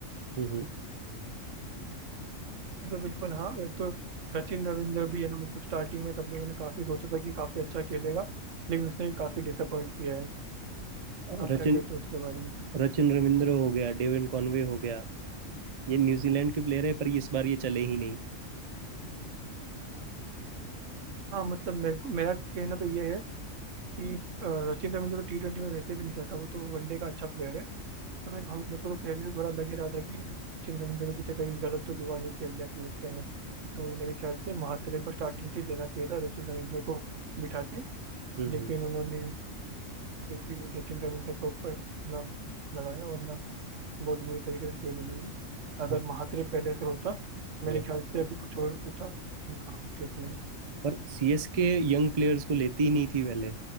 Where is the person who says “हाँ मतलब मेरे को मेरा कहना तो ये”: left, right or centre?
Right